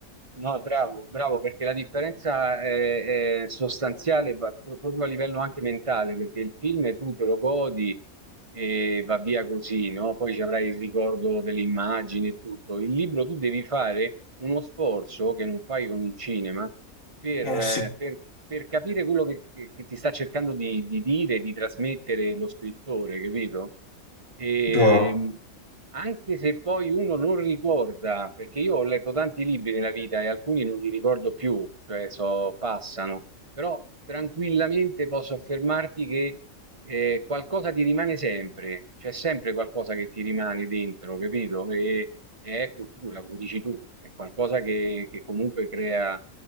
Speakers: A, on the right (about 25°); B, on the left (about 65°).
A: No, bravo, bravo, perché la differenza è, è sostanziale ma pro- proprio a livello anche mentale, perché il film tu te lo godi e va via così, no? Poi ci avrai il ricordo delle immagini e tutto. Il libro tu devi fare uno sforzo che non fai con il cinema per,
B: Eh
A: eh,
B: sì.
A: per- per capire quello che, che- che ti sta cercando di, di dire, di trasmettere lo scrittore, capito? E,
B: No,
A: anche se poi uno non ricorda, perché io ho letto tanti libri nella vita e alcuni non li ricordo più, cioè so, passano, però tranquillamente posso affermarti che eh, qualcosa ti rimane sempre, c'è sempre qualcosa che ti rimane dentro, capito? E, e è cultura, come dici tu, è qualcosa che, che comunque crea